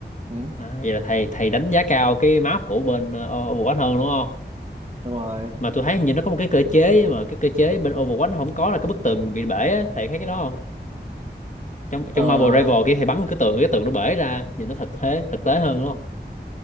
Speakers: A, on the right; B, on the left.
A: ừ,
B: À, vậy là thầy thầy đánh giá cao cái map của bên ờ, Overwatch hơn đúng không?
A: đúng rồi
B: mà tôi thấy hình như nó có một cái cơ chế mà cái cơ chế bên Overwatch nó không có là cái bức tường bị bể á thầy thấy cái đó không trong
A: ờ
B: trong Marvel Rival kia thầy bắn cái tường cái tường nó bể ra nhìn nó thật thế thực tế hơn đúng không